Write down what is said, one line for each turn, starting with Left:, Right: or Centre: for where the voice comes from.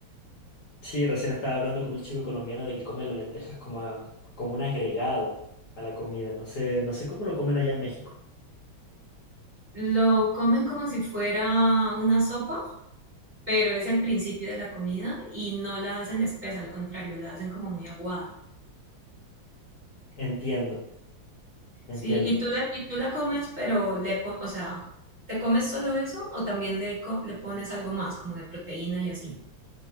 Left: Sí, recién estaba hablando con un chico colombiano de que come las lentejas como, a- como un agregado a la comida. No sé, no sé cómo lo comen allá en México.
Right: Lo comen como si fuera una sopa, pero es el principio de la comida y no la hacen espesa, al contrario, la hacen como muy aguada.
Left: Entiendo, entiendo.
Right: Sí, y tú la, y tú la comes, pero le pon- o sea, ¿te comes solo eso o también le, co- le pones algo más, como de proteína y así?